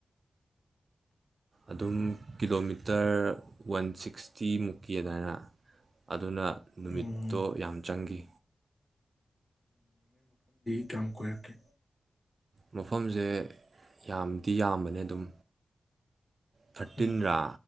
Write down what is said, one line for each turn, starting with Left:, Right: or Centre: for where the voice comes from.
Right: ꯑꯗꯨꯝ ꯀꯤꯂꯣꯃꯤꯇꯔ ꯋꯥꯟ ꯁꯤꯛꯁꯇꯤ ꯃꯨꯛꯀꯤꯅꯅ ꯑꯗꯨꯅ ꯅꯨꯃꯤꯠꯇꯣ
Left: ꯎꯝ
Right: ꯌꯥꯝ ꯆꯪꯈꯤ
Left: ꯀꯝꯈꯔꯀꯦ
Right: ꯃꯐꯝꯁꯦ ꯌꯥꯝꯗꯤ ꯌꯥꯝꯕꯅꯦ ꯑꯗꯨꯝ ꯊꯥꯔꯇꯤꯟ
Left: ꯎꯝ
Right: ꯔꯥ